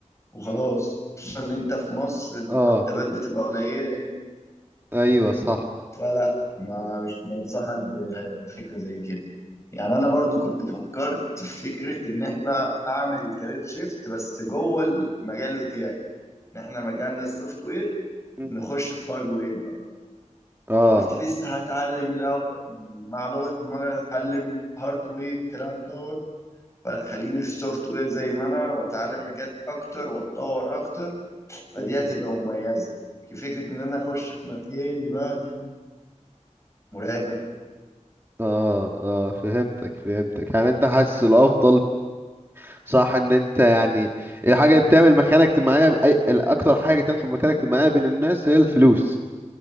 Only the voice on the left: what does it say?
وخلاص
خصوصا إن أنت في مصر المرتبات
بتبقى قليلة يعني
فلا ما مش بنصحك ب- بفكرة زي كده يعني أنا برضو كنت فكرت في فكرة إن إحنا أعمل كارير شيفت بس جوه المجال بتاعي إن إحنا مجالنا السوفت وير
نخش في هاردوير
قلت لسه هتعلم الاول مع لغه البرمجه اتعلم هاردوير والكلام دوت فلا خليني في السوفت وير زي ما انا واتعلم حاجات اكتر واتطور اكتر فدي
هتبقى مميزه لكن فكره ان انا اخش في مكان بقى دي مرعبه